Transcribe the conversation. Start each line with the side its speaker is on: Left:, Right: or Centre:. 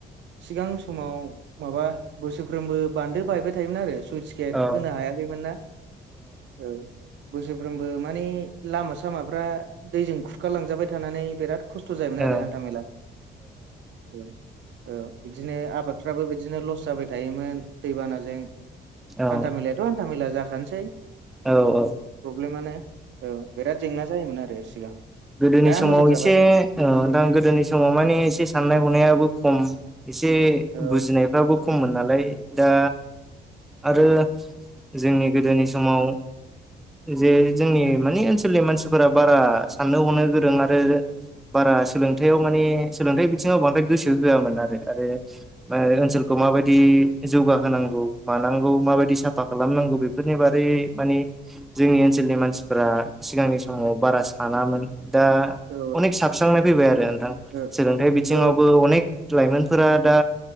Right: सिगां समाव माबा बोसोरफ्रोमबो बानदो बायबाय थायोमोन आरो सुइस गेट
Centre: औ
Right: होनो हायाखैमोन ना औ बोसोरफ्रोमबो बो माने लामा सामाफ्रा दैजों खुरखालांजाबाय थानानै बेराद खस्थ' जायोमोन
Centre: औ
Right: आरो हान्था मेला औ औ बिदिनो आबादफ्राबो बिदिनो लस जाबाय थायोमोन दैबानाजों
Centre: औ
Right: हान्था मेलायाथ' हान्था मेला जाखानसै
Centre: औ औ
Right: प्रब्लेमानो औ बिराद जेंना जायोमोन आरो सिगां
Centre: गोदोनि
Right: दा
Centre: समाव
Right: मोजां जाबाय
Centre: एसे ओ दां गोदोनि समाव माने एसे साननाय हनायाबो खम एसे
Right: औ
Centre: बुजिनायफ्राबो खममोन नालाय दा आरो जोंनि गोदोनि समाव जे जोंनि मानि ओनसोलनि मानसिफोरा बारा साननो हनो गोरों आरो बारा सोलोंथाइयाव माने सोलोंथाइ बिथिङाव बांद्राय गोसो होआमोन आरो ओ-ओनसोलखौ माबायदि जौगाहोनांगौ मानांगौ माबायदि साफा खालामनांगौ बेफोरनि बारै मानि जोंनि ओनसोलनि मानसिफोरा सिगांनि समाव बारा सानामोन दा
Right: औ
Centre: अनेक साबस्रांनाय फैबाय आरो नोंथां
Right: औ
Centre: सोलोंथाइ बिथिङावबो
Right: औ
Centre: अनेक लाइमोनफोरा दा